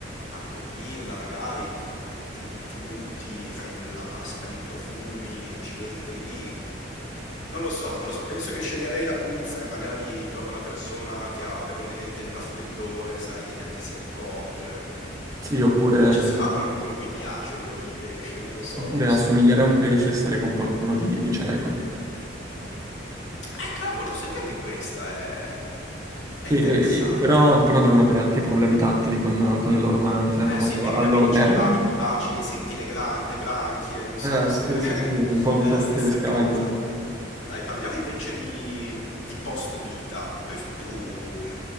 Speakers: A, on the left; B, on the right.
A: a coprirla magari, ti, ti- ti butti, fai la vasca di profumi e ci entri lì. Non lo so, non lo so, penso che sceglierei la puzza e magari trovo una persona che ha perennemente il raffreddore, sai, che neanche si accorge.
B: Sì, oppure,
A: O boh, ci sarà qualcuno a cui piace l'odore di pesce, non lo so,
B: oppure
A: non lo
B: assomigliare
A: so.
B: a un pesce e stare con qualcuno di, di cieco.
A: Eh, cavolo, sai che anche questa è, è
B: Sì,
A: interessante.
B: eh, eh, però, però devono avere anche problemi tattili con, con le loro mani, sai,
A: Eh
B: un po'
A: sì, perché
B: all'orderma.
A: capito, cioè mi, ba- mi baci e senti le, gra- le branchie, non so
B: Eh,
A: se
B: sì,
A: <laughs>
B: sì, sì, un po', un
A: è
B: po'
A: la
B: tutte
A: stessa
B: le scaglie.
A: cosa. Dai, parliamo invece di, di post-vita. Pref- tu